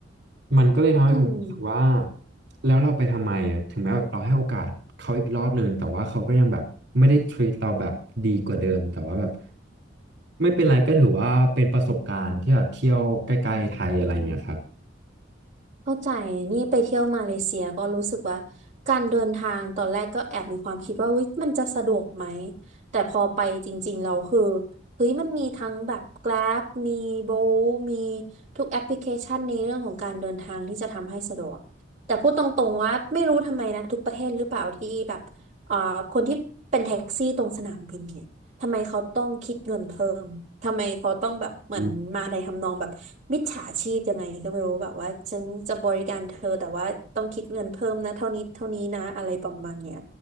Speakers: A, on the right; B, on the right.
A: มันก็เลยทำให้ผมรู้สึกว่า
B: อืม
A: แล้วเราไปทำไมอะถึงแม้แบบเราให้โอกาสเขาอีกรอบหนึ่งแต่ว่าเขาก็ยังแบบไม่ได้ treat เราแบบดีกว่าเดิมแต่ว่าแบบไม่เป็นไรก็ถือว่าเป็นประสบการณ์ที่แบบเที่ยวใกล้ๆไทยอะไรเงี้ยครับ
B: เข้าใจ นี่ไปเที่ยวมาเลเซียก็รู้สึกว่าการเดินทางตอนแรกก็แอบมีความคิดว่าเฮ้ยมันจะสะดวกไหม แต่พอไปจริงๆเราคือเฮ้ยมันมีทั้งแบบ Grab มี Bolt มีทุกแอปพลิเคชันในเรื่องของการเดินทางที่จะทำให้สะดวก แต่พูดตรงๆว่าไม่รู้ทำไมนะทุกประเทศหรือเปล่าที่แบบเอ่อคนที่เป็นแท็กซี่ตรงสนามบินเนี่ย ทำไมเขาต้องคิดเงินเพิ่มทำไมเขาต้องแบบเหมือนมาในทำนองแบบมิจฉาชีพยังไงก็ไม่รู้แบบว่าฉันจะบริการเธอแต่ว่าต้องคิดเงินเพิ่มนะเท่านี้เท่านี้นะอะไรประมาณเนี้ย
A: อืม